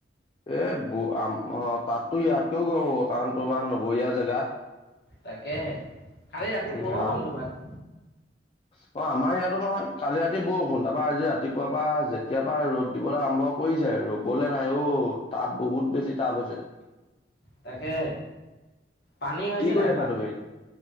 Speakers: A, on the left; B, on the left.
A: এ, <unintelligible> তাতো ইয়াতো গৰম হ'ব। কাৰণ, তোমাৰ নগৰীয়া জেগা।
B: তাকে, কালি ৰাতি
A: উম
B: বৰষুণ
A: আ-
B: তোমাৰ।
A: অ'! আমাৰ ইয়াতো নহয়! কালি ৰাতি বৰষুণ। তাৰপৰা, আজি ৰাতিপুৱা পৰা যেতিয় পৰা ৰ'দ দিবলৈ আৰম্ভ কৰিছে ৰ'বলে নাই অ'! তাপ বহুত বেছি তাপ হৈছে।
B: তাকে পানী হৈছে
A: কি কৰি
B: নাই
A: আছা
B: পানী?
A: তুমি